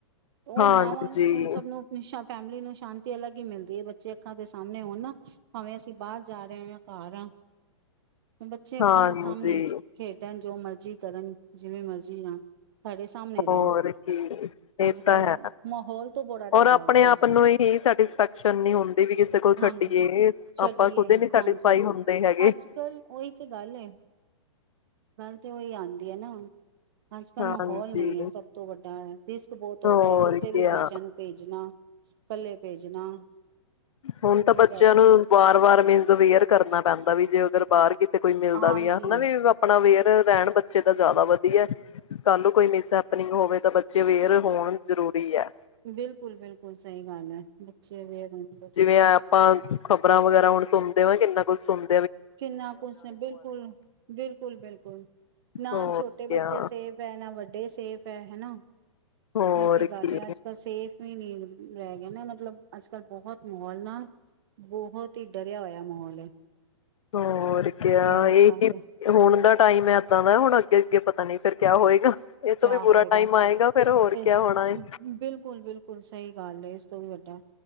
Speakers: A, on the right (about 50°); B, on the left (about 80°).
A: ਓਹ
B: ਹਾਂਜੀ
A: ਮਾਵਾਂ ਨੂੰ ਓਹ ਸਭ ਨੂੰ ਅਪਨੀ ਸ਼ਾਬ ਫੈਮਲੀ ਨੂੰ ਸ਼ਾਂਤੀ ਅਲੱਗ ਹੀ ਮਿਲਦੀ ਏ। ਬੱਚੇ ਅੱਖਾਂ ਦੇ ਸਾਮਣੇ ਹੋਣ ਨਾ, ਭਾਵੇਂ ਅਸੀਂ ਬਾਹਰ ਜਾ ਰਹੇ ਹੋ ਜਾਂ ਘਰ ਆਂ। ਬੱਚੇ ਅੱਖਾਂ
B: ਹਾਂਜੀ
A: ਦੇ ਸਾਹਮਣੇ ਖੇਡਣ ਜੋ ਮਰਜ਼ੀ ਕਰਨ ਜਿਵੇਂ ਮਰਜ਼ੀ ਜਾਣ ਸਾਡੇ ਸਾਹਮਣੇ ਰਹਿਣ
B: ਹੋਰ ਕੀ ਇਹ
A: ਅੱਜ
B: ਤਾਂ
A: ਕੱਲ੍ਹ
B: ਹੈ
A: ਮਾਹੌਲ ਤੋਂ ਬੜਾ ਡਰ
B: ਰ ਆਪਣੇ
A: ਲੱਗਦਾ
B: ਆਪ
A: ਅੱਜ
B: ਨੂੰ
A: ਕੱਲ
B: ਇਹੀ ਸੈਟਿਸਫੈਕਸ਼ਨ ਨ ਹੁੰਦੀ ਵੀ ਕਿਸੇ ਕੋਲ
A: ਹਾਂਜੀ
B: ਛੱਡੀਏ
A: ਛੱਡੀਏ
B: ਆਪਾਂ ਖੁਦੇ ਨੀ ਸੈਟਿਸਫਾਈ
A: ਹਾਂਜੀ
B: ਹੁੰਦੇ ਹੈਗੇ
A: ਅੱਜ ਕੱਲ ਉਹੀ ਤੇ ਗੱਲ ਤੇ ਉਹੀ ਆਉਂਦੀ ਹੈ ਨਾ ਅੱਜ ਕੱਲ੍ਹ
B: ਹਾਂਜੀ
A: ਮਾਹੌਲ ਨਹੀਂ ਹੈ ਸਭ ਤੋਂ ਵੱਡਾ ਰਿਸਕ ਬਹੁਤ ਹੋ
B: ਹੋਰ
A: ਗਿਆ ਕਿਤੇ
B: ਕਿਆ
A: ਵੀ ਬੱਚਿਆਂ ਨੂੰ ਭੇਜਣਾ ਇਕੱਲੇ ਭੇਜਣਾ
B: ਹੁਣ
A: ਬਹੁਤ
B: ਤਾਂ ਬੱਚਿਆਂ
A: ਜ਼ਿਆਦਾ
B: ਨੂੰ ਵਾਰ ਵਾਰ ਮੀਨ ਅਵੇਅਰ ਕਰਨਾ ਪੈਂਦਾ ਵੀ ਜੇ ਅਗਰ ਬਾਹਰ ਕਿਤੇ ਕੋਈ ਮਿਲਦਾ
A: ਹਾਂਜੀ
B: ਵੀ ਆ ਹਨਾ ਵੀ ਆਪਣਾ ਅਵੇਅਰ ਰਹਿਣ ਬੱਚੇ ਤਾਂ ਜ਼ਿਆਦਾ ਵਧੀਆ ਕੱਲ ਕੋਈ ਮਿਸਪਨਿੰਗ ਹੋਵੇ ਤਾਂ ਬੱਚੇ ਅਵੇਅਰ ਹੋਣ ਜ਼ਰੂਰੀ ਹੈ
A: ਬਿਲਕੁਲ ਬਿਲਕੁਲ ਸਹੀ ਗੱਲ ਹੈ ਬੱਚੇ ਅਵੇਅਰ ਹੋਣ ਬੱਚੇ
B: ਜਿਵੇਂ ਆਪਾਂ ਖ਼ਬਰਾਂ ਵਗੈਰਾ ਹੁਣ ਸੁਣਦੇ ਵਾਂ ਕਿੰਨਾ ਕੁਛ ਸੁਣ
A: ਕਿੰਨਾ ਕੁਛ ਨੇ ਬਿਲਕੁਲ ਬਿਲਕੁਲ ਬਿਲਕੁਲ ਨਾ
B: ਹੋਰ
A: ਛੋਟੇ
B: ਕਿਆ
A: ਬੱਚੇ ਸੇਬ ਹੈ ਨਾ ਵੱਡੇ ਸੇਫ ਹੈ ਹਨਾ
B: ਹੋਰ
A: ਉਹੀ ਤੇ
B: ਕੀ
A: ਗੱਲ ਹੈ ਅੱਜ ਤਾਂ ਸੇਫ ਵੀ ਨੀ ਰਹਿ ਗਿਆ ਨਾ ਮਤਲਬ ਅੱਜ ਕੱਲ੍ਹ ਬਹੁਤ ਮਾਹੌਲ ਨਾ ਬਹੁਤ ਹੀ ਡਰਿਆ ਹੋਇਆ ਮਾਹੌਲ ਹੈ
B: ਹੋਰ ਕ
A: ਇਸ
B: ਇਹੀ
A: ਕਰਕੇ
B: ਹੁਣ ਦਾ ਟਾਈਮ ਇਦਾਂ ਦਾ ਹੁਣ ਅੱਗੇ ਅੱਗੇ ਪਤਾ ਨੀ ਫਿਰ ਕਿਆ ਹੋਏਗਾ ਇਹ
A: ਕਿਆ
B: ਤੋਂ ਵੀ ਬੁਰਾ
A: ਹੋਏਗਾ
B: ਟਾਈਮ ਆਏਗਾ ਫੇਰ ਹੋਰ
A: ਇਸ
B: ਕਿਆ ਹੋਣਾ ਹੈ
A: ਬਿਲਕੁਲ ਬਿਲਕੁਲ ਸਹੀ ਗੱਲ ਹੈ ਇਸ ਵੀ ਵੱਡਾ